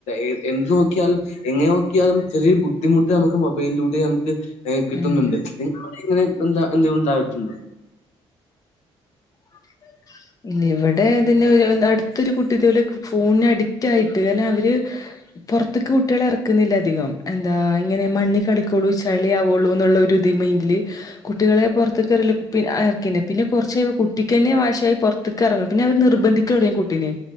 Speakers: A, on the left (about 75°); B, on the left (about 30°).
A: എ എന്ത് നോക്കിയാലും എങ്ങനെ നോക്കിയാലും ചെറിയരു ബുദ്ധിമുട്ട നമുക്ക് മൊബൈലിലൂടെ നമുക്ക് കിട്ടുന്നുണ്ട്
B: ഉം
A: നിങ്ങവിടെ ഇങ്ങനെ എന്താ എന്ത ഉണ്ടട്ടുണ്ടോ
B: <unintelligible> ന്നെ ഇവിടെതന്നെ അടുത്തൊരു കുട്ടി ഇതേപോലെ ഫോണി അഡിക്റ്റ് ആയിട്ട് കാരണം അവര് പുറത്തൊക്ക് കുട്ടികൾ ഇറക്കുന്നില്ല അധികം എന്താ ഇങ്ങനെ മണ്ണി കളിക്കോളൂ ചളി ആവുള്ളൂ എന്നുള്ള ഒരു മൈന്റില് കുട്ടികളെ പുറത്ത കറക്കെ പിന്നെ കുറച്ച കുട്ടിക്ക് തന്നെ വാശ ആയി പുറത്തേക്ക് ഇറങ്ങും പിന്നെ അവർ നിർബന്ധിക്ക തുടങ്ങും കുട്ടീനെ